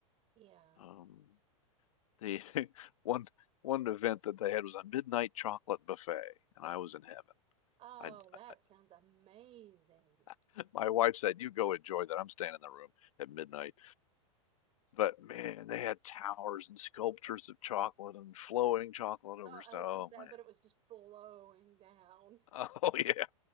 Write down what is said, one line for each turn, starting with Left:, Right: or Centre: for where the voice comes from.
Right: Yeah.
Left: Um, the <laughs> one one event that they had was a midnight chocolate buffet, and I was in heaven.
Right: Oh,
Left: I,
Right: that
Left: I
Right: sounds amazing.
Left: <laughs>
Right: <laughs>
Left: my wife said, "You go enjoy that. I'm staying in the room at midnight." But man, they had towers and sculptures of chocolate and flowing chocolate over
Right: Oh,
Left: stuff.
Right: I was
Left: Oh
Right: gonna say,
Left: man,
Right: but it was just flowing down.
Left: oh yeah,